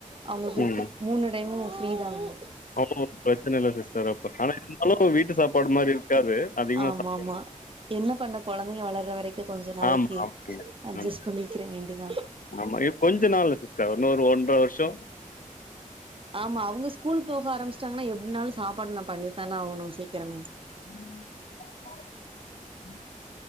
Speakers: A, on the right; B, on the left.
A: அவுங்களுக்கு
B: ம்
A: மூணு டைமு ஃப்ரீ தாங்க
B: அவங்ளுக்கு பிரச்சன இல்ல சிஸ்டர் அப்ப ஆனா இந்தாலுவீட்டு சாப்பாடு மாரி இருக்காது அதிகமா
A: ஆமா
B: சாப்பிடு
A: ஆமா என்ன பண்ண கொழந்தைங்க வளர்ற வரைக்கு கொஞ்ச நாளைக்கி
B: ஆமா ஆமாங்க
A: அஜஸ்
B: ஆமா
A: பன்னிக்கிற வேண்டிதா
B: ஆமா இ நாள்ல சிஸ்டர் இன்னொரு ஒன்றவருஷொ
A: ஆமா அவுங்க ஸ்கூல் போக ஆரம்பிச்சாட்டீங்கானா எப்டினாலு சாப்பாடு நா பண்ணித்தானே ஆகணு சீக்கிரமே
B: <inaudible>